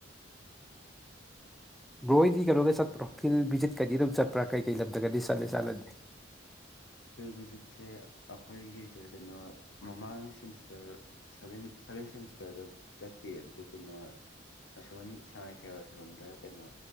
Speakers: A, in the centre; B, on the left.
A: ꯕ꯭ꯔꯣ ꯍꯣꯏꯗꯤ ꯀꯩꯅꯣꯒ ꯆꯠꯄ꯭ꯔꯣ ꯐꯤꯜ ꯚꯤꯖꯤꯠ ꯀꯗꯤ ꯑꯗꯨꯝ ꯆꯠꯄ꯭ꯔꯥ ꯀꯩ ꯀꯩ ꯂꯝꯗꯒꯗꯤ ꯆꯠꯂꯤ ꯆꯠꯂꯗꯤ
B: ꯐꯤꯜ ꯚꯤꯖꯤꯠꯁꯦ ꯑꯩꯈꯣꯏꯒꯤꯖ‌ꯦ ꯀꯩꯅꯣ ꯃꯃꯥꯡ ꯁꯦꯃꯤꯁꯇꯔ ꯁꯚꯦꯟ ꯁꯚꯦꯟ ꯁꯦꯃꯤꯁꯇꯔꯗ ꯆꯠꯈꯤ ꯑꯗꯨ ꯀꯩꯅ‌ꯣ ꯑꯁꯣꯟ ꯁꯉꯥꯏꯊꯦꯜ ꯑꯁꯣꯔꯣꯝꯗ ꯀꯩꯅꯣ